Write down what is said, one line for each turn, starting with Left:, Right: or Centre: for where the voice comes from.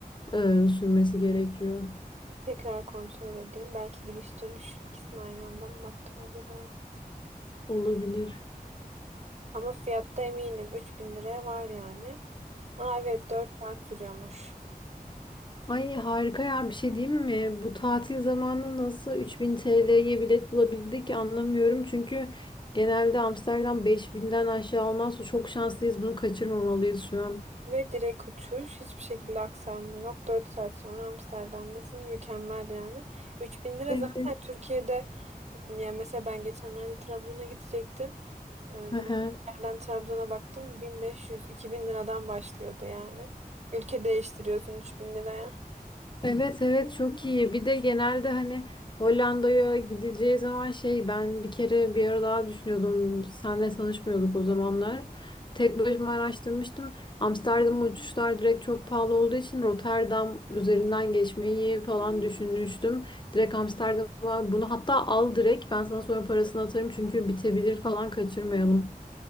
Left: e, sürmesi gerekiyor.
Right: Tekrar kontrol edeyim. Belki gidiş dönüş ikisini aynı anda mı baktım acaba?
Left: Olabilir.
Right: Ama fiyatta eminim 3000 liraya var yani. Aa evet 4 saat sürüyormuş.
Left: Ay harika ya bir şey diyeyim mi? Bu tatil zamanı nasıl 3000 TL'ye bilet bulabildik anlamıyorum. Çünkü genelde Amsterdam 5000'den aşağı olmaz. Çok şanslıyız. Bunu kaçırmamalıyız şu an.
Right: Ve direkt uçuş. Hiçbir şekilde aksarma yok. 4 saat sonra Amsterdam'dasın. Mükemmel yani. üç bin lira
Left: Evet.
Right: zaten Türkiye'de yani mesela ben geçenlerde Trabzon'a gidecektim. E, bulunduğum
Left: <laughs>
Right: yerden Trabzon'a baktım 1500-2000 liradan başlıyordu yani. Ülke değiştiriyorsun 3000 liraya.
Left: Evet evet çok iyi. Bir de genelde hani Hollanda'ya gidileceği zaman şey ben bir kere bir ara daha düşünüyordum. Senle tanışmıyorduk o zamanlar. Tek başıma araştırmıştım. Amsterdam uçuşlar direkt çok pahalı olduğu için Rotterdam üzerinden geçmeyi falan düşünmüştüm. Direkt Amsterdam'a bunu hatta al direkt ben sana sonra parasını atarım çünkü bitebilir falan kaçırmayalım.